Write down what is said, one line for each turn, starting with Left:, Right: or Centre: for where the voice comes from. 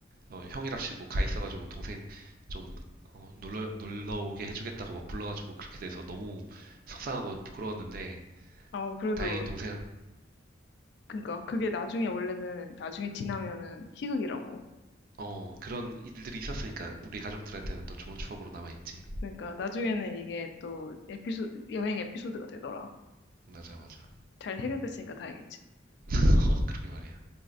Right: 어, 형이랍시고 가 있어가지고 동생 좀 어, 놀러, 놀러 오게 해주겠다고 막 불러가지고 그렇게 돼서 너무 속상하고 부끄러웠는데,
Left: 어, 그래도,
Right: 다행히 동생은,
Left: 그니까, 그게 나중에 원래는, 나중에 지나면은 희극이라고.
Right: 어, 그런 일들이 있었으니까 우리 가족들한테는 또 좋은 추억으로 남아있지.
Left: 그러니까, 나중에는 이게 또 에피소드, 여행 에피소드가 되더라.
Right: 맞아, 맞아.
Left: 잘 해결됐으니까 다행이지.
Right: <laughs> 어, 그러게 말이야.